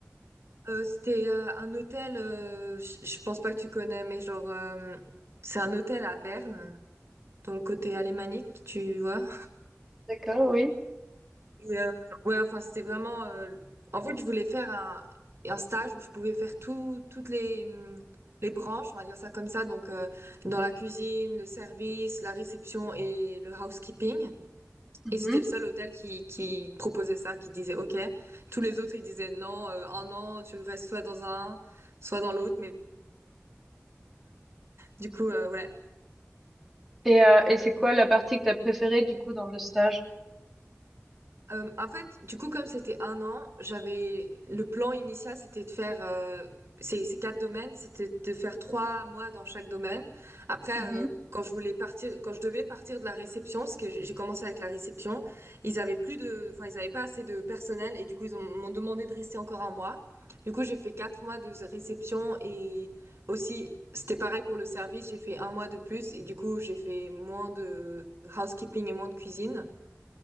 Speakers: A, on the right (about 55°); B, in the centre.
A: Euh, c'était euh, un hôtel, euh, je je pense pas que tu connais, mais genre, euh, c'est un hôtel à Berne, dans le côté alémanique, tu vois.
B: D'accord, oui.
A: Et, euh, ouais, enfin, c'était vraiment. euh, En fait, je voulais faire un, un stage où je pouvais faire tout, toutes les, hum, les branches, on va dire ça comme ça. Donc, euh, dans la cuisine, le service, la réception et le housekeeping.
B: Mhm.
A: Et c'était le seul hôtel qui, qui proposait ça, qui disait OK. Tous les autres, ils disaient non, euh, un an, tu restes soit dans un, soit dans l'autre. Mais du coup, euh, ouais.
B: Et, euh, et c'est quoi la partie que t'as préférée, du coup, dans le stage?
A: Euh, en fait, du coup, comme c'était un an, j'avais le plan initial, c'était de faire euh, ces, ces quatre domaines, c'était de faire trois mois dans chaque domaine. Après,
B: Mhm.
A: euh, quand je voulais partir, quand je devais partir de la réception, parce que j'ai j'ai commencé avec la réception, ils avaient plus de, enfin, ils avaient pas assez de personnel et du coup, ils ont- m'ont demandé de rester encore un mois. Du coup, j'ai fait quatre mois de réception et aussi, c'était pareil pour le service, j'ai fait un mois de plus et du coup, j'ai fait moins de housekeeping et moins de cuisine.